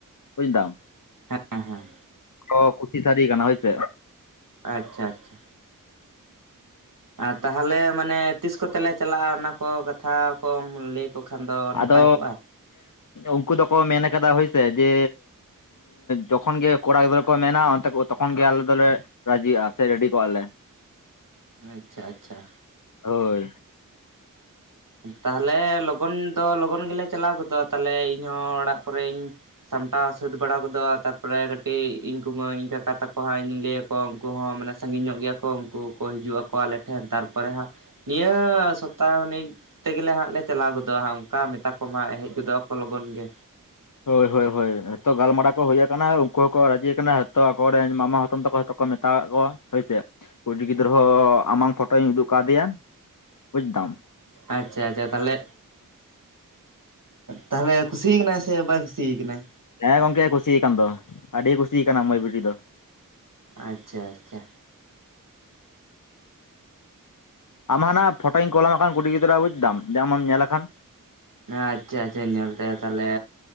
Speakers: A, on the left (about 65°); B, on the right (about 70°).
A: ᱵᱩᱡᱷᱫᱟᱢ,
B: ᱦᱮᱸ ᱦᱮᱸ,
A: ᱚ ᱠᱩᱥᱤ ᱥᱟᱨᱤ ᱠᱟᱱᱟ ᱦᱳᱭᱥᱮ᱾
B: ᱟᱪᱪᱷᱟ ᱟᱪᱪᱷᱟ᱾ ᱟᱨ ᱛᱟᱦᱚᱞᱮ ᱢᱟᱱᱮ ᱛᱤᱥ ᱠᱚᱛᱮᱞᱮ ᱪᱟᱞᱟᱜᱼᱟ ᱚᱱᱟ ᱠᱚ ᱠᱟᱛᱷᱟ ᱠᱚᱢ ᱞᱮᱭ ᱛᱚ ᱠᱷᱟᱱ ᱫᱚ ᱱᱟᱯᱟᱭ
A: ᱟᱫᱚ
B: ᱠᱚᱜᱼᱟ᱾
A: ᱩᱱᱠᱩ ᱫᱚᱠᱚ ᱢᱮᱱ ᱠᱟᱫᱟ ᱦᱳᱭᱥᱮ ᱡᱮ ᱡᱚᱠᱷᱚᱱ ᱜᱮ ᱠᱚᱲᱟ ᱜᱤᱫᱽᱨᱟᱹ ᱠᱚ ᱢᱮᱱᱟ ᱚᱱᱛᱮ ᱛᱚᱠᱷᱚᱱ ᱜᱮ ᱟᱞᱮ ᱫᱚᱞᱮ, ᱨᱟᱡᱤ ᱟ ᱥᱮ ᱨᱮᱰᱤ ᱠᱚᱜᱼᱟ ᱞᱮ,
B: ᱟᱪᱪᱷᱟ ᱟᱪᱪᱷᱟ,
A: ᱦᱳᱭ,
B: ᱛᱟᱦᱚᱞᱮ ᱞᱚᱜᱚᱱ ᱫᱚ ᱞᱚᱜᱚᱱ ᱜᱮᱞᱮ ᱪᱟᱞᱟᱣ ᱜᱚᱫᱚᱜ ᱛᱟᱦᱞᱮ ᱤᱧᱦᱚ ᱚᱲᱟᱜ ᱠᱚᱨᱮᱧ ᱥᱟᱢᱴᱟᱣ ᱥᱟᱹᱛ ᱵᱟᱲᱟ ᱜᱚᱫᱚᱜᱼᱟ ᱛᱟᱨᱯᱚᱨᱮ ᱠᱟᱹᱴᱤᱡ ᱤᱧ ᱠᱩᱢᱟᱹᱝ ᱤᱧ ᱠᱟᱠᱟ ᱛᱟᱠᱚ ᱦᱟᱸᱜ ᱤᱧ ᱞᱟᱹ ᱟᱠᱚ ᱠᱚ ᱩᱱᱠᱩ ᱦᱚᱸ ᱢᱟᱱᱮ ᱥᱟᱺᱜᱤᱧ ᱧᱚᱜ ᱜᱮᱭᱟ ᱠᱚ ᱩᱱᱠᱩ ᱠᱚ ᱦᱤᱡᱩᱜ ᱟᱠᱚ ᱟᱞᱮ ᱴᱷᱮᱱ ᱛᱟᱨᱯᱚᱨᱮ ᱦᱟᱸᱜ, ᱱᱤᱭᱟᱹ ᱥᱚᱯᱛᱟᱦᱚ ᱛᱮᱜᱮᱞᱮ ᱦᱟᱸᱜ ᱞᱮ ᱪᱟᱞᱟᱣ ᱜᱚᱫᱚᱜᱼᱟ ᱦᱟᱜ ᱚᱱᱠᱟ ᱢᱮᱛᱟ ᱠᱚᱢ ᱦᱟᱸᱜ ᱦᱮᱡ ᱜᱚᱫᱚᱜ ᱟᱠᱚ ᱞᱚᱜᱚᱱ ᱜᱮ᱾
A: ᱦᱳᱭ ᱦᱳᱭ ᱦᱳᱭ ᱡᱦᱚᱛᱚ ᱜᱟᱞᱢᱟᱨᱟᱣ ᱠᱚ ᱦᱩᱭ ᱟᱠᱟᱱᱟ ᱩᱱᱠᱩ ᱦᱚᱸᱠᱚ ᱨᱟᱡᱤ ᱟᱠᱟᱱᱟ ᱛᱚ ᱟᱠᱚᱨᱮᱱ ᱢᱟᱢᱟ ᱦᱟᱛᱚᱢ ᱛᱟᱠᱚ ᱦᱚᱛᱚ ᱢᱮᱛᱟ <unintelligible> ᱠᱚᱣᱟ ᱦᱳᱭᱥᱮ ᱠᱩᱲᱤ ᱜᱤᱫᱽᱨᱟᱹ ᱦᱚᱸ ᱟᱢᱟᱝ ᱯᱷᱳᱴᱳᱧ ᱩᱫᱩᱜ ᱠᱟᱫᱮᱭᱟ ᱵᱩᱡᱽᱫᱟᱢ,
B: ᱟᱪᱪᱷᱟ ᱟᱪᱪᱷᱟ ᱛᱟᱞᱦᱮ, ᱛᱟᱦᱚᱞᱮ ᱠᱩᱥᱤ ᱠᱟᱱᱟᱭ ᱥᱮ ᱵᱟᱭ ᱠᱩᱥᱤᱭ ᱠᱟᱱᱟᱭ?
A: ᱦᱮᱸ ᱜᱚᱝᱠᱮ ᱠᱩᱥᱤᱭᱟᱠᱟᱱ ᱫᱚ ᱟᱹᱰᱤ ᱠᱩᱥᱤᱭ ᱠᱟᱱᱟ ᱢᱟᱹᱭ ᱵᱤᱴᱤ ᱫᱚ᱾
B: ᱟᱪᱪᱷᱟ ᱟᱪᱪᱷᱟ᱾
A: ᱟᱢᱦᱚ ᱚᱱᱟ ᱯᱷᱳᱴᱳᱧ ᱠᱚᱞᱟᱢ ᱠᱦᱟᱱ ᱠᱩᱲᱤ ᱜᱤᱫᱨᱟᱹ ᱟᱜ ᱵᱩᱡᱽᱫᱟᱢ ᱡᱮ ᱟᱢ ᱧᱮᱞ ᱞᱮ ᱠᱷᱟᱱ
B: ᱦᱮᱸ ᱟᱪᱪᱷᱟ ᱟᱪᱪᱷᱟ ᱧᱮᱞ ᱛᱟᱭᱟ ᱛᱟᱦᱚᱞᱮ᱾